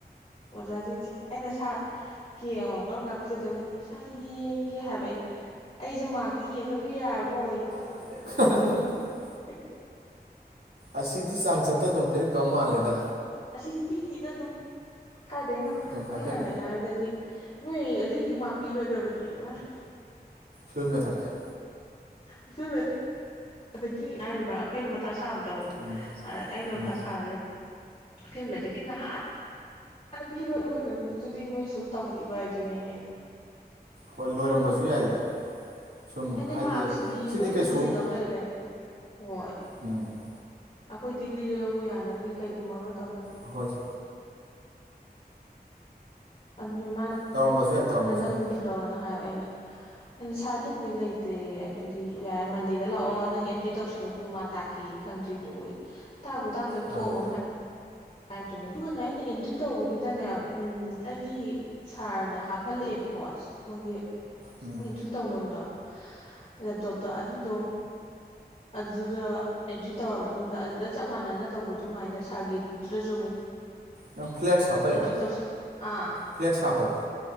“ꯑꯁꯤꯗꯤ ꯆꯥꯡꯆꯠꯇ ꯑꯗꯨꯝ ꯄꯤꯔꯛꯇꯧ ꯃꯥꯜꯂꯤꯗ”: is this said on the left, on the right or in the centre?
Right